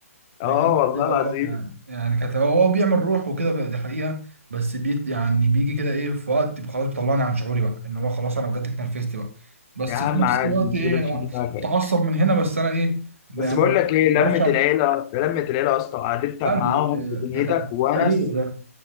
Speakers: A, on the right (about 60°); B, on the left (about 25°).
A: بجد
B: اه والله
A: اه
B: العظيم
A: يعني يعني كانت هو هو بيعمل روح وكده ف- دي حقيقة بس بيت يعني بيجي كده ايه في وقت خلاص بيطلعني عن شعوري بقى ان هو خلاص انا بجد اتنرفزت بقى بس
B: يا عم
A: في نفس
B: عادي
A: الوقت
B: ما تشغلش
A: ايه أنا
B: دماغك
A: بتعصب من هنا بس انا ايه يعني
B: بس بقول لك ايه لمه
A: ما اعرفش
B: العيله
A: اعمل إيه.
B: لمه العيله يا اسطى قعدتك
A: لا
B: معاهم
A: دي
B: في دنيتك
A: ده ت-
B: وونس
A: تاريخ ده